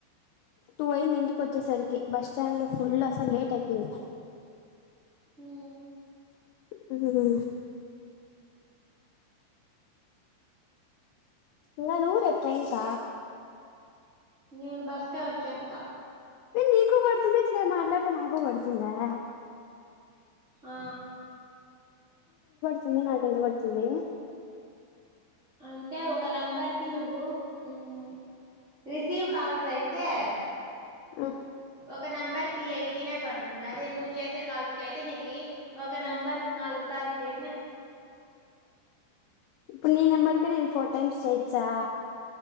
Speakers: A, on the left; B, on the right.
A: టూ అయింది ఇంటికి ఓచ్చేసరికి బస్ స్టాండ్లో ఫుల్ అసలు లేట్ అయిపోంది
B: హూ
A: ఇది పిల్ల నువ్వు రేపు ట్రైన్స్క
B: నేను బస్కే ఓచ్చేస్తా
A: ఏ నీకు పడుతుంది ఇట్లే మాట్లాడితే నాకు పడుతుందా
B: ఆ
A: తుంది నాకెంత పడుతుంది
B: అంటే అది ఒక నంబర్ కి నువ్వు మ్ రసీవ్ కాల్స్ అయితే
A: ఆ
B: ఒక నెంబర్ కి ఎయిటీనే పడుతుంది అదే నువ్వు చేసే కల్స్కి అయితే నీకి ఒక నెంబర్ నాలుగు సార్లు చే
A: ఇప్పుడు ఈ నంబర్కే నేను ఫోర్ టైమ్స్ చేయిచ్చా